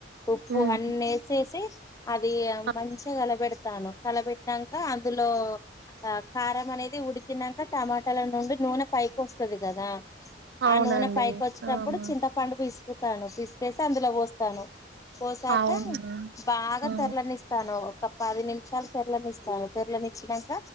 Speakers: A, on the left; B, on the right.
A: ఉప్పు
B: ఉమ్
A: అన్నెసేసి అదీ
B: అ
A: మంచిగా కలపెడ్ తాను కలపెట్నాకా అందులో ఆ కారం అనేది ఉడికినంక టమాటాల నుండి నూనె పైకోస్తది కదా
B: అవునండి
A: ఆ నూనె పైకొచ్చేటప్పుడు
B: అవునా
A: చింతపండు పిస్కుతాను పిసికేసి అందులో పోస్తాను పోసాకా
B: అవునా
A: బాగా
B: ఆ
A: తెల్లనిస్తాను ఒక పది నిమిషాలు తెర్లనిస్తారు తెర్లనిచ్చినాక